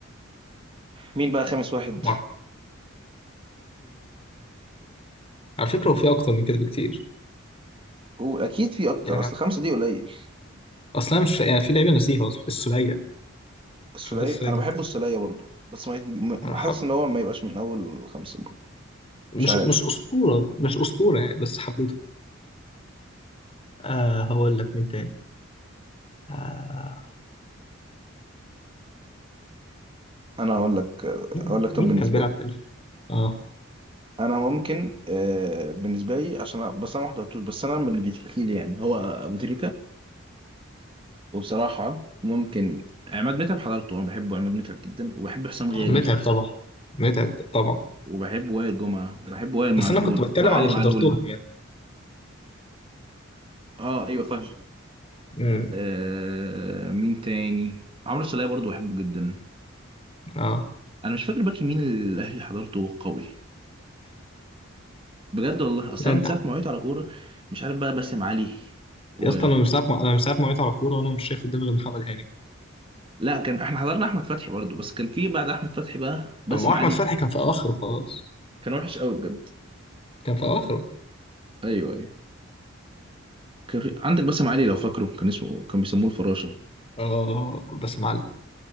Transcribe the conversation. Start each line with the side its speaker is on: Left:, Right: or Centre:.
Right: مين بقى خامس واحد
Left: وعلى فكره هو في اكتر من كده بكتير
Right: هو اكيد في اكتر
Left: يعني
Right: اصل خمسة دي قليل
Left: اصلا مش يعني في لعيبه نسيها اصلا السوليه
Right: السولية
Left: حبيت السوليه
Right: انا بحب السولية برضو بس ما يت- م-
Left: جدا
Right: حاسس ان هو ما يبقاش من اول خمسة برضو
Left: مش
Right: مش عارف
Left: مش أسطورة مش أسطورة يعني بس حبيته آه هقول لك مين تاني آه
Right: انا اقول لك
Left: مين
Right: اقول لك طب
Left: مين
Right: بالنسبة
Left: كان بيلعب
Right: لي
Left: تاني اه
Right: انا ممكن آه بالنسبة لي عشان أ- بس انا ما حضرتوش بس انا من اللي بيتحكي لي يعني هو ابو تريكة وبصراحة ممكن عماد متعب حضرته انا بحبه عماد متعب جدا وبحب حسام غالي
Left: آه، متعب طبعا متعب طبعا
Right: وبحب وائل جمعة وبحب وائل
Left: بس
Right: معلول
Left: انا كنت بتكلم
Right: وعلي
Left: على اللي
Right: معلول
Left: حضرتهم يعني
Right: اه ايوه فاهم
Left: امم
Right: آه مين تاني عمرو السولية برضو بحبه جدا
Left: اه
Right: انا مش فاكر باك يمين اللي الاهلي حضرته قوي بجد والله اصلا
Left: لا انت
Right: من ساعه ما وعيت على كوره مش عارف بقى باسم علي و
Left: يا اسطى انا من ساعه ما انا من ساعه ما وقعت على كوره وانا مش شايف قدامي غير محمد هاني
Right: لا كان احنا حضرنا احمد فتحي برضو بس كان في بعد احمد فتحي بقى باسم
Left: اما احمد
Right: علي
Left: فتحي كان في اواخره خلاص
Right: كان وحش قوي بجد
Left: كان في اواخره
Right: ايوه ايوه كان في... عندك باسم علي لو فاكره كان اسمه كان بيسموه الفراشه
Left: اه باسم علي